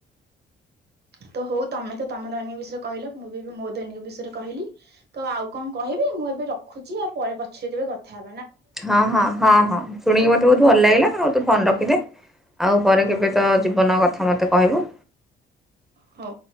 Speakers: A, on the right; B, in the centre.
A: ତ ହଉ ତମେ ତ ତମ ଦୈନିକ ବିଷୟରେ କହିଲ ମୁଁ ବି ଏବେ ମୋ ଦୈନିକ ବିଷୟରେ କହିଲି ତ ଆଉ କଣ କହିବି ମୁଁ ଏବେ ରଖୁଛି ଆଉ ପରେ ପଛରେ କେବେ କଥା ହେ
B: ହଁ ହଁ ହଁ ହଁ ଶୁଣିକି ମତେ ବହୁତ ଭଲ ଲାଗିଲା ଆଉ ତ। ଫନ ରଖିଦେ। ଆଉ ପରେ
A: ହଉ
B: କେବେ ତ ଯି ଜୀବନ କଥା ମୋତେ କହିବୁ।
A: ହଉ